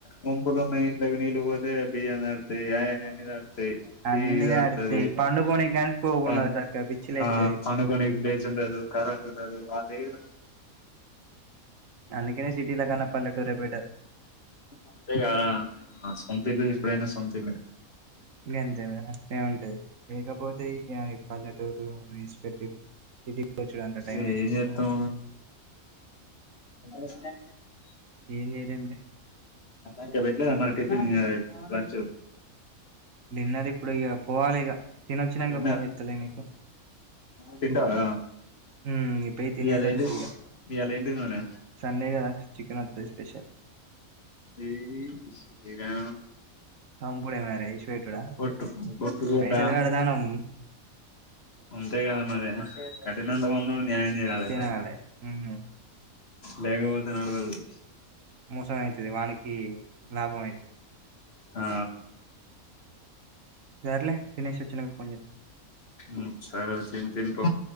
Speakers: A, on the left; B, on the right.
A: పంపులు ఉన్నాయి లేగు నీళ్లు పోతే బియ్యం తడుస్తాయి.
B: అన్ని
A: టీవీ తడుస్తాది
B: నడుత్తయి పండుకోనికి గాని స్కోప్
A: ప
B: ఉండదు సక్కగా పిచ్చి లేత్తది
A: ఆ పనుకొని లేచా ఉండదు కరెంట్ ఉండదు అదేదగ
B: అందుకనే సిటీల కన్న పల్లెటూరే బెటర్
A: అంతే గారా నా సొంతిల్లు ఇప్పుడైనా సొంతిల్లు
B: ఇంక అంతే మరి అంటనే ఉంటది లేకపోతే ఏమో ఈ పల్లెటూరు ఇన్స్పెక్టివ్ సిటీ వచ్చుడు అంత
A: ఇగ
B: టైం వేస్ట్
A: ఏం చేత్తం అ
B: ఏం చేయాలేం లే
A: ఇంకా పేట్లే అన్న టిఫిన్ లంచ్
B: నిన్న ది ఇప్పుడు ఇక పోవాలి ఇక తినొచ్చినక
A: తిన్నా
B: ఫోన్ చేస్తలే నీకు
A: తింటావా
B: ఉమ్ ఇగ పోయి తినేసి
A: ఇయళ
B: వత్త
A: ఏంటి
B: ఇగ
A: ఇయళ ఏం తిన్నావ్ రా
B: సండే కదా చికెన్ వండుతది స్పెషల్
A: ఏ చిక్కినా
B: చంపుడే మరి ఇడిసి పెట్టుడా
A: ఒట్టు ఒట్టు గోట్టా
B: పైసలు కడతానం
A: అంతే కదా మరి కఠినంత ముందు న్యాయం చేయాలి
B: తినాలే ఉమ్
A: లేకపోతే నడవదు
B: మోసం అయితది వానికి లాభం అయితది
A: ఆ
B: సార్లే తినేసి వచ్చినక పోని
A: ఉమ్ సరే తిన్ తిన్ పో